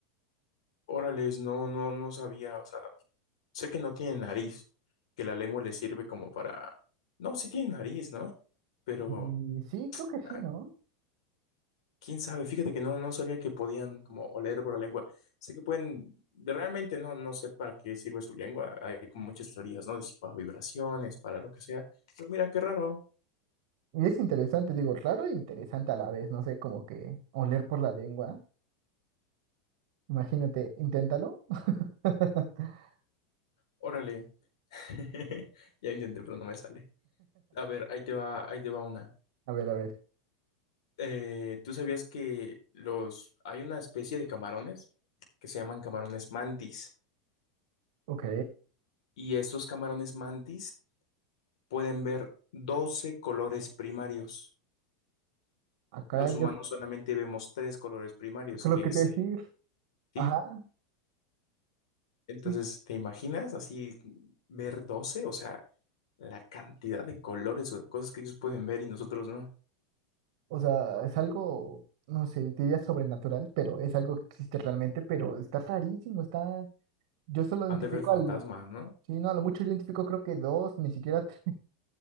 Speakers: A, on the left; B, on the right.
A: Órales, no, no, no sabía, o sea, sé que no tiene nariz, que la lengua le sirve como para... No, sí tiene nariz, ¿no? Pero,
B: Y sí, creo que sí,
A: ah,
B: ¿no?
A: Quién sabe, fíjate que no, no sabía que podían como oler por la lengua. Sé que pueden, de- realmente no, no sé para qué sirve su lengua. Hay como muchas teorías, ¿no? De si para vibraciones, para lo que sea. Pero mira, qué raro.
B: Y es interesante, digo, raro e interesante a la vez, no sé, como que oler por la lengua. Imagínate, inténtalo. <laughs>
A: Órale. <laughs> Ya intenté, pero no me sale. A ver, ahí te va, ahí te va una.
B: A ver, a ver.
A: Eh, ¿tú sabías que los, hay una especie de camarones que se llaman camarones mantis?
B: Ok.
A: Y estos camarones mantis pueden ver 12 colores primarios.
B: acá
A: Los
B: yo
A: humanos solamente vemos tres colores primarios,
B: es lo
A: que
B: que
A: es
B: te decir.
A: el sí.
B: Ajá,
A: Entonces,
B: sí.
A: ¿te imaginas así ver 12, O sea, la cantidad de colores o de cosas que ellos pueden ver y nosotros no.
B: O sea, es algo, no sé, diría sobrenatural, pero es algo que existe realmente, pero está rarísimo, está... Yo solo identifico
A: Han de ver fantasmas,
B: al...
A: ¿no?
B: Sí, no, a lo mucho yo identifico creo que dos, ni siquiera tres.